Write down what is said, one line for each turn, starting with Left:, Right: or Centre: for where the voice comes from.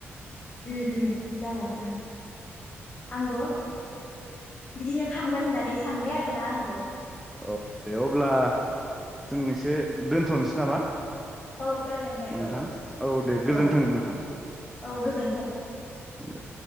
Left: उ उ जागोन उम। आंबो बिदिनो खामगोन होननानै सानबाय आरोना आंबो।
Centre: औ दे अब्ला जों एसे दोनथ'नोसै नामा?
Left: औ जागोन दे
Centre: नोंथां
Left: औ
Centre: औ दे गोजोन्थों
Left: औ
Centre: नोंथां
Left: दे औ गोजोन्थों।
Centre: उम दे।